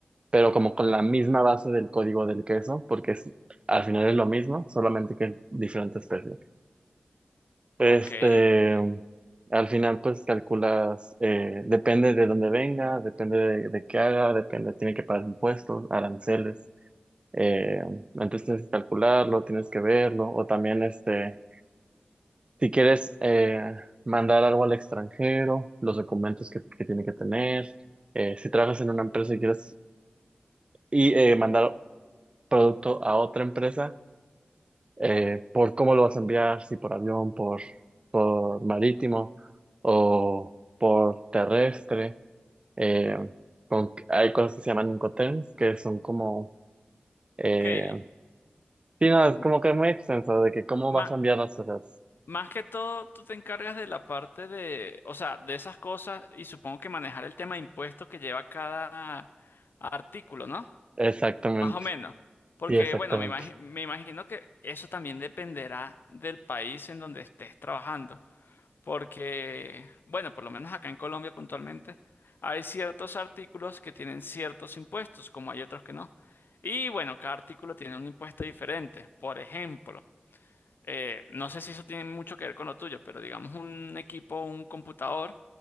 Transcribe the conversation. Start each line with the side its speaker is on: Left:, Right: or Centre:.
Right: Pero como con la misma base del código del queso, porque es- al final es lo mismo, solamente que es diferente especie. Este,
Left: Ok, ok.
Right: al final, pues calculas, eh, depende de dónde venga, depende de, de qué haga, depende, tiene que pagar impuestos, aranceles. Eh, antes tienes que calcularlo, tienes que verlo, o también, este, si quieres eh, mandar algo al extranjero, los documentos que, que tiene que tener. Eh, si trabajas en una empresa y quieres y, eh, mandar producto a otra empresa eh, por cómo lo vas a enviar, si por avión, por, por marítimo o por terrestre. Eh, con- hay cosas que se llaman Incoterms, que son como... Eh,
Left: Ok.
Right: sí, no, es
Left: M-
Right: como que es muy extenso de que cómo
Left: má-
Right: vas a enviar las cosas.
Left: más que todo, tú te encargas de la parte de, o sea, de esas cosas y supongo que manejar el tema de impuestos que lleva cada artículo, ¿no?
Right: Exactamente,
Left: Más o menos. Porque,
Right: sí, exactamente.
Left: bueno, me imagi- me imagino que eso también dependerá del país en donde estés trabajando. Porque, bueno, por lo menos acá en Colombia puntualmente, hay ciertos artículos que tienen ciertos impuestos, como hay otros que no. Y bueno, cada artículo tiene un impuesto diferente. Por ejemplo, eh, no sé si eso tiene mucho que ver con lo tuyo, pero digamos un equipo, un computador,